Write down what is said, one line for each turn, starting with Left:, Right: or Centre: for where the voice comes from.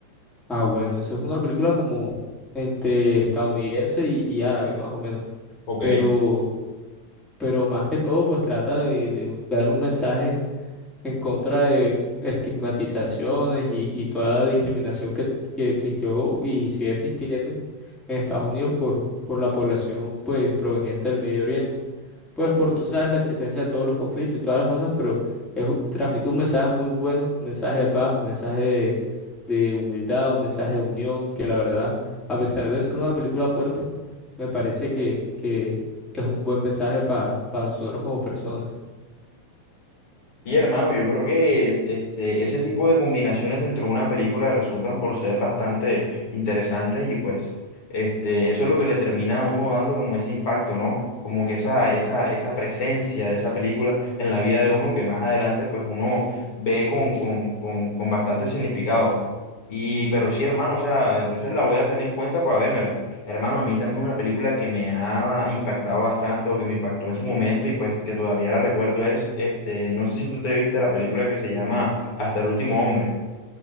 Centre: Ah, bueno, eso es una película como entre estadounidense y, y árabe, más o menos.
Left: Ok.
Centre: Pero, pero más que todo, pues trata de, de dar un mensaje en contra de estigmatizaciones y, y toda la discriminación que, que existió y sigue existiendo en Estados Unidos por, por la población pues proveniente del Medio Oriente pues por, tú sabes, la existencia de todos los conflictos y todas las cosas, pero es, un- transmite un mensaje muy bueno, un mensaje de paz, un mensaje de, de humildad, un mensaje de unión, que la verdad, a pesar de ser una película fuerte, me parece que, que es un buen mensaje para nosotros como personas.
Left: Y hermano, yo creo que este, ese tipo de combinaciones dentro de una película resultan por ser bastante interesantes y pues este, eso es lo que le termina a uno dando como ese impacto, ¿no? Como que esa, esa, esa presencia de esa película en la vida de uno que más adelante pues uno ve con, con, con, con bastante significado. Y pero sí, hermano, o sea, entonces la voy a tener en cuenta para vérmela. Hermano, a mí también una película que me ha impactado bastante o que me impactó en su momento y pues que todavía la recuerdo es, este, no sé si tú te viste la película que se llama Hasta el último hombre.